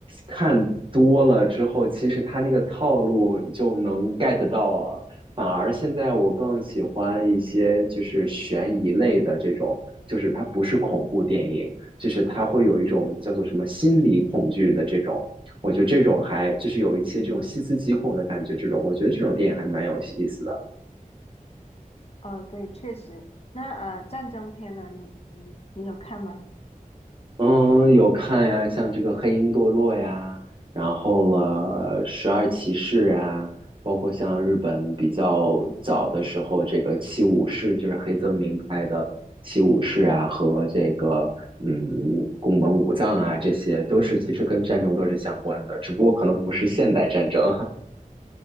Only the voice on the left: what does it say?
嗯，
哦，对，确实。那呃，战争片呢？你你你有看吗？